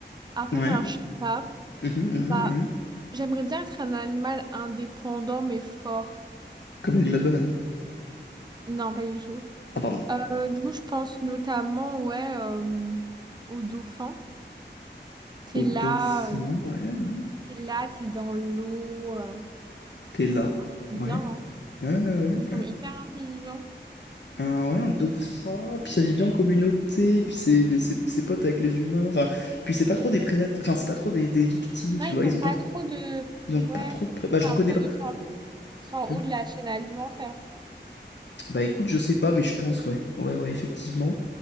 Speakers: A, on the right; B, on the left.
A: à part
B: Ouais.
A: un chat,
B: Mhm, mhm,
A: bah,
B: mhm.
A: j'aimerais bien être un animal indépendant mais fort.
B: Comme la limace banane.
A: Non, pas du tout.
B: Ah, pardon.
A: Euh, du coup, je pense notamment, ouais, euh, au dauphin. T'es
B: Au
A: là,
B: dauphin,
A: euh,
B: ouais, ouais.
A: t'es là, t'es dans l'eau. euh.
B: T'es là.
A: Moi, j'aime
B: Ouais.
A: bien, hein.
B: Ouais, ouais,
A: Ils
B: ouais. ouais.
A: sont hyper intelligents.
B: Un, ouais, un dauphin, puis ça vit bien en communauté, puis c'est c'est- c'est pote avec les humains. Enfin, puis c'est pas trop des prédateurs, enfin, c'est pas trop des, des victimes,
A: Non,
B: tu
A: ils
B: vois. Ils
A: ont
B: ont
A: pas
B: pas
A: trop de...
B: Ils ont
A: Ouais,
B: pas trop de pré... Bah, j'en
A: c'est un
B: connais
A: peu...
B: pas.
A: ils sont un peu Ils sont en
B: Hmm.
A: haut de la chaîne alimentaire.
B: Bah, écoute, je sais pas, mais je pense, ouais. Ouais, ouais, effectivement.